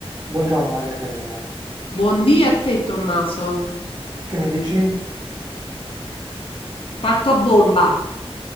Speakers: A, on the right (about 45°); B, on the left (about 60°).
A: Buongiorno Maria Teresa,
B: Buondì a te, Tommaso.
A: che mi dici?
B: Parto a bomba.